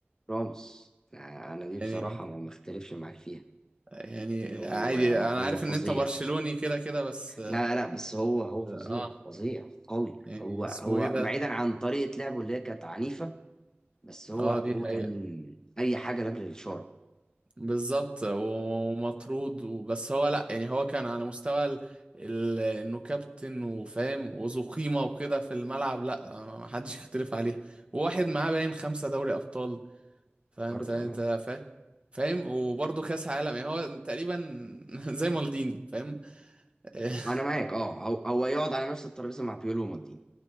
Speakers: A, on the left (about 15°); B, on the right (about 25°).
A: راموس أنا أنا دي
B: يعني
A: بصراحة ما ما اختلفش معاك فيها
B: يعني
A: هو
B: عادي انا
A: هو
B: عارف
A: فظيع
B: ان انت برشلوني كده كده بس اه
A: لا لا بس هو هو فظيع
B: آه،
A: فظيع قوي
B: يعني
A: هو هو
B: اسمه ايه ده
A: بعيدا عن طريقة لعبه اللي هي كانت عنيفة بس هو
B: اه
A: هو
B: دي حقيقة
A: كان أي حاجة لأجل الشر
B: بالظبط ومطرود وبس هو لا يعني هو كان على مستوى ال... ال... انه كابتن وفاهم وذو قيمة وكده في الملعب لا ما حدش يختلف عليه وواحد معاه باين خمسة دوري ابطال فانت
A: برضو
B: انت
A: أنا
B: فاهم فاهم وبرضه كاس عالم يعني هو تقريبا <laughs> زي مالديني فاهم <laughs>
A: أنا معاك أه هو, هو يقعد على نفس الترابيزة مع بيولو ومالديني